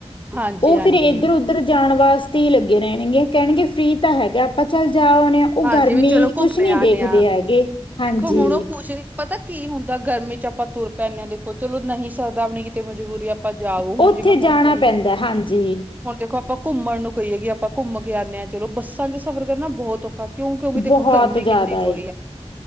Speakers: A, on the right (about 15°); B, on the left (about 50°).
A: ਹਾਂਜੀ-ਹਾਂਜੀ
B: ਉਹ ਫਿਰ ਇੱਧਰ-ਉਧਰ ਜਾਣ ਵਾਸਤੇ ਤ ਲੱਗੇ ਰਹਿਣਗੇ ਕਹਿਣਗੇ ਫ੍ਰਰੀ ਤਾਂ ਹੈਗਾ ਆਪਾਂ ਚੱਲ ਜਾ ਆਉਣੇ ਆਂ, ਉਹ
A: ਹਾਂਜੀ
B: ਗਰਮੀ
A: ਵੀ ਚਲੋ
B: ਕੁਛ
A: ਘੁੰਮੇ
B: ਨਹੀਂ
A: ਆਨੇ
B: ਦੇਖਦੇ
A: ਆ।
B: ਹੈਗੇ, ਹਾਂਜੀ।
A: ਦੇਖੋ ਹੁਣ ਉਹ ਪੁੱਛ ਰਹੀ ਪਤਾ ਕੀ ਹੁੰਦਾ ਗਰਮੀ 'ਚ ਆਪਾਂ ਤੁਰ ਪੈਂਣੇ ਹਾਂ, ਦੇਖੋ ਚਲੋ ਨਹੀਂ ਸਰਦਾ ਆਪਣੀ ਕਿਤੇ ਮਜਬੂਰੀ ਆਪ ਤਾਂ ਜਾਵੋ ਹੁਣ
B: ਉੱਥੇ
A: ਜਿਵੇਂ ਹੁਣ
B: ਜਾਣਾ
A: ਕਈ
B: ਪੈਂਦਾ
A: ਹੈ,
B: ਹਾਂਜੀ
A: ਹੁਣ ਦੇਖੋ ਆਪਾਂ ਘੁੰਮਣ ਨੂੰ ਕਹੀਏ ਕਿ ਆਪਾਂ ਘੁੰਮ ਕੇ ਆਉਂਣੇ ਆਾ ਚਲੋ, ਬੱਸਾਂ ਚ ਸਫ਼ਰ ਕਰਨਾ ਬਹੁਤ ਔਖ ਕਿਉਂ ਕਿਉਂਕਿ ਦੇਖੋ
B: ਬਹੁਤ
A: ਗਰਮੀ
B: ਜ਼ਿਆਦਾ
A: ਕਿੰਨੀ ਹੋ
B: ਏ
A: ਰਹੀ ਹੈ।